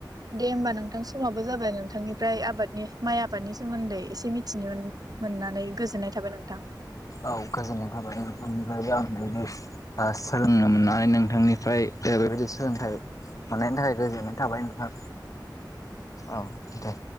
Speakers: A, on the right; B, on the left.
A: दे होमबा नोंथां समाबो जाबाय नोंथांनिफ्राय आबादनि माइ आबादनि सोमोन्दै एसे मिथिनोमोन मोननानै गोजोननाय थाबाय नोंथां।
B: औ गोजोननाय थाबाय नोंथां निफ्रायबो आं बेयावनो ओ सोलोंनो मोननानै नोंथांनिफ्राय बेबायदि सोलोंथाइ मोननायनि थाखाय गोजोननाय थाबाय नोंथां औ दे